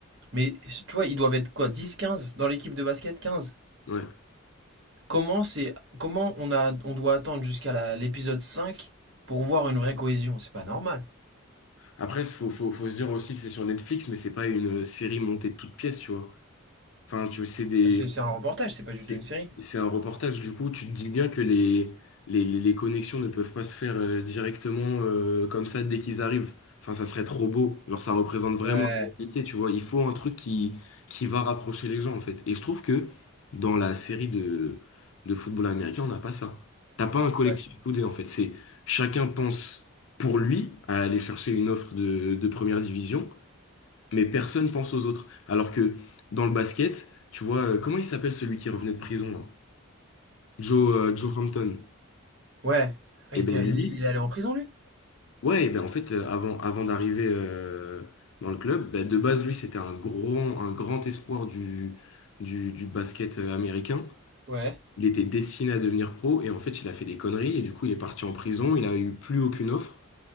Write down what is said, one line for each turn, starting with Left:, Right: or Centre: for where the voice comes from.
Right: Mais tu vois, ils doivent être quoi 10 15 dans l'équipe de basket quinze
Left: Ouais.
Right: Comment c'est comment on a on doit attendre jusqu'à la- l'épisode 5 pour voir une vraie cohésion C'est pas normal.
Left: Après, faut, faut, faut se dire aussi que c'est sur Netflix, mais c'est pas une série montée de toutes pièces, tu vois. Enfin, tu sais, des,
Right: C'est c'est un reportage, c'est pas du
Left: C'est
Right: tout une série.
Left: c'est un reportage, du coup, tu te dis bien que les, les, les connexions ne peuvent pas se faire euh, directement euh, comme ça dès qu'ils arrivent. Enfin, ça serait trop beau. Genre, ça représente vraiment
Right: Ouais,
Left: la réalité, tu vois. Il faut un truc qui, qui va rapprocher les gens, en fait. Et je trouve que dans la série de, de football américain, on n'a pas ça. T'as pas un collectif
Right: ouais, c'est.
Left: soudé, en fait. C'est chacun pense pour lui à aller chercher une offre de, de première division mais personne pense aux autres. Alors que dans le basket, tu vois, euh, comment il s'appelle celui qui revenait de prison là? Joe, euh, Joe Hampton.
Right: Ouais. Ah,
Left: Et
Right: Il
Left: ben
Right: était-
Left: lui,
Right: il est, il est allé en prison, lui?
Left: ouais, et ben en fait, euh, avant, avant d'arriver euh, dans le club, ben, de base, lui, c'était un grand, un grand espoir du, du, du basket euh, américain.
Right: Ouais.
Left: Il était destiné à devenir pro et en fait, il a fait des conneries et du coup, il est parti en prison. Il a eu plus aucune offre.